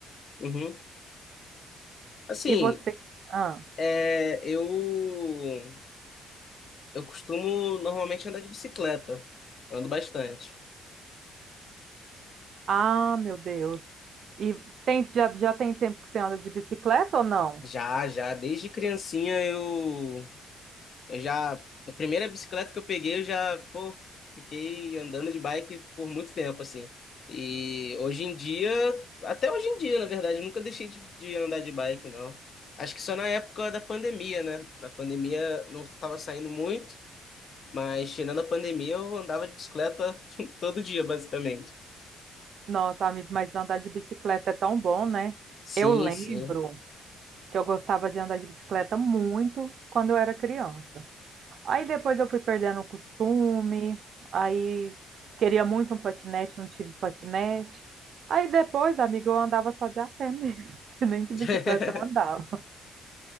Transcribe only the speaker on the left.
Uhum. Assim,
é, eu eu costumo normalmente andar de bicicleta. Ando bastante.
Já, já, desde criancinha eu Eu já, a primeira bicicleta que eu peguei, eu já, pô, fiquei andando de bike por muito tempo, assim. E hoje em dia, até hoje em dia, na verdade, eu nunca deixei de, de andar de bike, não. Acho que só na época da pandemia, né? Na pandemia não estava saindo muito, mas tirando a pandemia, eu andava de bicicleta <laughs> todo dia, basicamente.
Sim,
sim.
<laughs>